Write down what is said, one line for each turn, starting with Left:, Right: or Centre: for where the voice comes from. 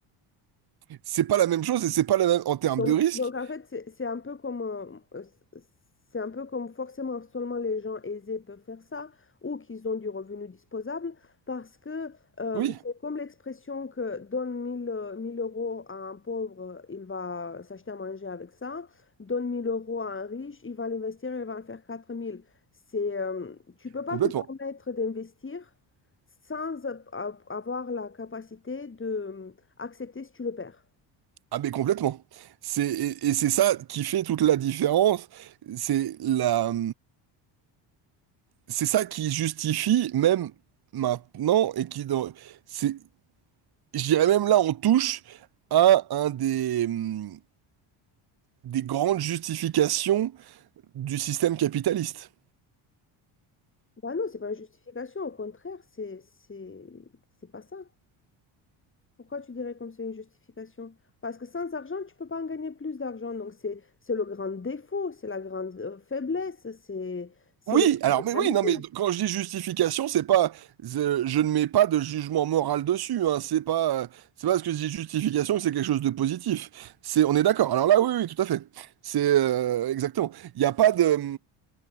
Right: C'est pas la même chose et c'est pas la même en termes
Left: Donc,
Right: de risque.
Left: donc en fait, c'est c'est un peu comme, euh, euh, c'est un peu comme forcément seulement les gens aisés peuvent faire ça ou qu'ils ont du revenu disposable parce que euh,
Right: Oui,
Left: c'est comme l'expression que donne 1000 euh, 1000 euros à un pauvre, il va s'acheter à manger avec ça, donne 1000 euros à un riche, il va l'investir, il va en faire quatre mille C'est, euh, tu peux pas
Right: complètement.
Left: te permettre d'investir sans euh, avoir la capacité de euh, accepter si tu le perds.
Right: Ah mais complètement. C'est et, et c'est ça qui fait toute la différence. C'est la c'est ça qui justifie même maintenant et qui dans c'est je dirais même là on touche à un des hum, des grandes justifications du système capitaliste.
Left: Bah non, c'est pas une justification, au contraire, c'est, c'est, c'est pas ça. Pourquoi tu dirais comme c'est une justification? Parce que sans argent, tu peux pas en gagner plus d'argent. Donc c'est, c'est le grand défaut, c'est la grande euh, faiblesse, c'est, c'est
Right: Oui,
Left: le manque
Right: alors
Left: d'égalité.
Right: mais oui, non mais quand je dis justification, c'est pas je, je ne mets pas de jugement moral dessus, hein, c'est pas euh, c'est pas parce que je dis justification que c'est quelque chose de positif. C'est on est d'accord. Alors là oui oui, tout à fait. C'est euh, exactement. Il n'y a pas de